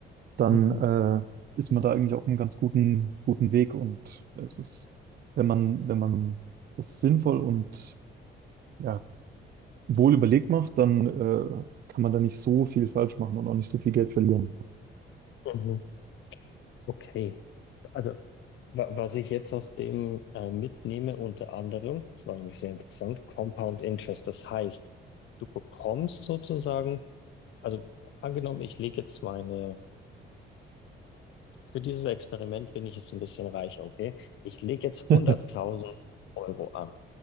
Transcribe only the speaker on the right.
dann
äh, ist man da eigentlich auf einem ganz guten, guten Weg. Und es ist, wenn man, wenn man das sinnvoll und ja, wohl überlegt macht, dann äh, kann man da nicht so viel falsch machen und auch nicht so viel Geld verlieren.
<laughs>